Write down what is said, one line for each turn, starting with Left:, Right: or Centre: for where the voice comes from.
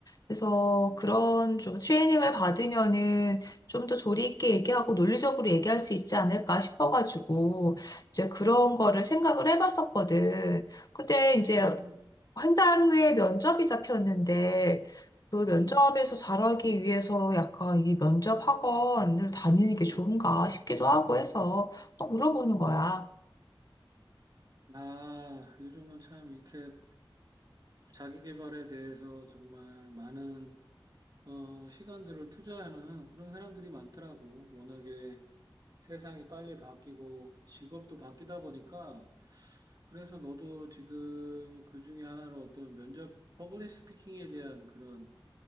Left: 그래서
Right: 음,
Left: 그런 좀 트레이닝을 받으면은 좀 더 조리 있게 얘기하고 논리적으로 얘기할 수 있지 않을까 싶어가지고, 이제 그런 거를 생각을 해봤었거든. 근데 이제
Right: 음,
Left: 한 달 후에 면접이 잡혔는데 그 면접에서
Right: 음.
Left: 잘하기 위해서 약간 이 면접 학원을 다니는 게 좋은가 싶기도 하고 해서 또 물어보는 거야.
Right: 아, 요즘은 참 이렇게 자기 개발에 대해서 정말 많은, 어, 시간들을 투자하는 그런 사람들이 많더라고. 워낙에 세상이 빨리 바뀌고 직업도 바뀌다 보니까 그래서 너도 지금 그 중에 하나로 어떤 면접, 퍼블릭 스피킹에 대한 그런,